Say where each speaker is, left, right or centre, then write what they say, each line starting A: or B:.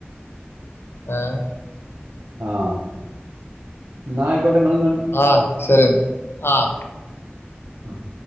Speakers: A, on the left; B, on the right.
A: ഏഹ്
B: ആഹ് ഇന്നാ ഐക്കോട്ടെ ഇങ്ങള് ഇങ്ങ
A: ആഹ് ശരിയെന്നാ ആഹ്
B: ആഹ്